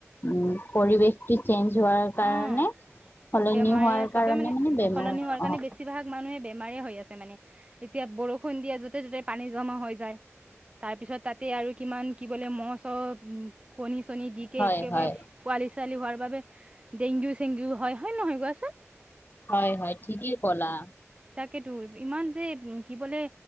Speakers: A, on the left (about 45°); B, on the right (about 25°).
A: উম পৰিৱেশটো চেঞ্জ হোৱাৰ কাৰণে
B: অ'।
A: সলনি
B: বেমাৰে
A: হোৱাৰ
B: চবে
A: কাৰণে মানে বেমাৰ
B: সলনি হোৱাৰ কাৰণে
A: অ।
B: বেছিভাগ মানুহে বেমাৰ হৈ আছে মানে এতিয়া বৰষুণ দিয়ে য'তে- ত'তে পানী জমা হৈ যায়। তাৰপিছত তাতে আৰু কিমান কি বোলে ম'হ- চ'হ কণী -চণী দি একে
A: হয়
B: একেবাৰে
A: হয়
B: পোৱালি চোৱালি হোৱাৰ বাবে ডেংগু চেংগু হয় হয় নহয় কোৱাচোন
A: হয় হয় ঠিকেই ক'লা
B: তাকেতো ইমান যে কি বোলে